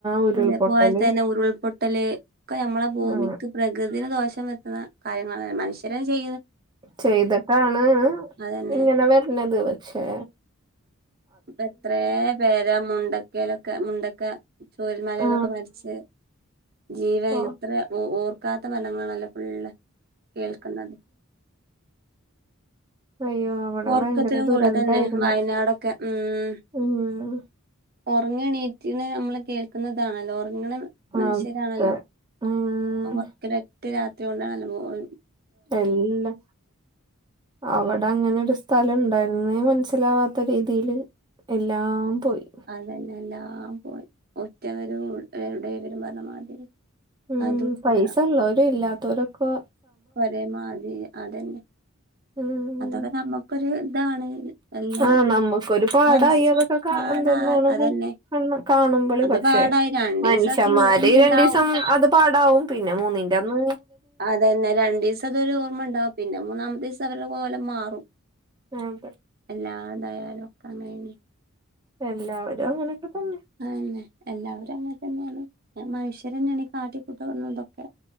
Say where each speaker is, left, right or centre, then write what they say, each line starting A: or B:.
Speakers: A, on the right; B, on the right.
A: ഉരുൾപൊട്ടല്
B: അതേപ്പോൽ ത്തെന്നെ ഉരുൾപൊട്ട് പൊട്ടല് ക്കെമ്മളെ ഭൂമിക്ക്
A: ആ
B: പ്രകൃതിന് ദോഷം വര്ത്ത്ണെ കാര്യങ്ങളാണ് മനുഷ്യരഅ്ചെയ്യ്ണ്
A: ചെയ്തിട്ടാണ്
B: അതന്നെ
A: ഇങ്ങനെ വരണത് പക്ഷേ
B: അപ്പ എത്ര പേരാ മുണ്ടക്കയിലൊക്കെ മുണ്ടക്ക ചോരൽ മലന്നൊക്കെ
A: ആ
B: മരിച്ച് ജീവൻ
A: ആ
B: ഇത്ര ഓർ ക്കാത്ത ഫലങ്ങളല്ലേ ഫുള്ള് കേൾക്കുന്നത്
A: അയ്യോ അവിടെ
B: ഓർക്കത്തിലും
A: ഭയങ്കര ദുരന്തായിരുന്നു
B: കൂടെത <unintelligible> ന്നെ വയനാടൊക്കെ ഉം
A: ഉം
B: ഉറങ്ങണീറ്റിന് നമ്മള് കേൾക്കുന്നതാണല്ലോ ഉറങ്ങണ മനുഷ്യരാണല്ലോ
A: അതെ ഉം
B: ഒറക്കൽ ഒറ്റ രാത്രി കൊണ്ടാണല്ലോ പോയ
A: എല്ല അവിടെ അങ്ങനെ ഒരു സ്ഥലം ഉണ്ടായിരുന്നേ മനസ്സിലാവാത്ത രീതിൽ എല്ലാം പോയി
B: അതന്നെ എല്ലാം പോയി ഒറ്റവരും ഉടെയവരും പറഞ്ഞ മാതിരി
A: ഉം
B: അതുല്ല
A: പൈസ ഉള്ളവരു ഇല്ലാത്തവരൊക്കെ
B: ഒരേമാതിരി അതന്നെ
A: ഉംഹ്
B: അതൊക്കെ നമ്മുക്കൊരു ഇതാണ് എല്ലാം
A: ഉ ആഹ നമ്മുക്കൊരു പാട്
B: മനസ്സ്
A: അയലൊക്കെ
B: പാടാ
A: എന്താ കാണുമ്പോ
B: അതന്നെ
A: കാണുമ്പോൾ
B: അത്
A: പക്ഷെ
B: പാടായി രണ്ടീസം
A: മനുഷ്യന്മാര്
B: അതില് ഓർമ്മണ്ടാവും
A: രണ്ടു സം അത് പാടാവും പിന്നെ മൂന്നിന്റെന്ന്
B: അതെന്നെ രണ്ടു സം അതൊരു ഓർമ്മ ഉണ്ടാവും പിന്നെ മൂന്നാമത്തെ ദിസം അവരുടെ കോലം മാറും
A: അതെ
B: എല്ലാതായാലും ഒക്കെ അങ്ങനെ ണ്
A: എല്ലാവരും അങ്ങനെയൊക്കെ തന്നെ
B: ആന്നെ എല്ലാവരും അങ്ങനെ തന്നെയാണ് മനുഷ്യർ തന്നെയാണ് ഈ കാട്ടിക്കൂട്ടുന്നതൊക്കെ